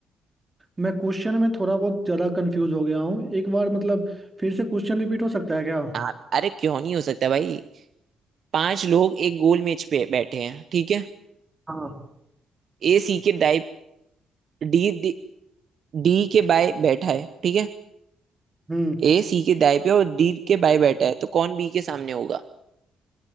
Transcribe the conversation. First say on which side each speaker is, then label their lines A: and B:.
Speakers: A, on the right; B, on the right.
A: मैं क्वेश्चन में थोड़ा बहुत ज्यादा कंफ्यूज हो गया हूँ एक बार मतलब फिर से क्वेश्चन रिपीट हो सकता है क्या
B: हाँ अरे क्यों नहीं हो सकता भाई पांच लोग एक गोल मेज पे बैठे हैं ठीक है
A: हाँ
B: ए सी के दाई डी डी डी के बाय बैठा है ठीक है
A: हम्म
B: ए सी के दाई पे और डी के बाय बैठा है तो कौन बी के सामने होगा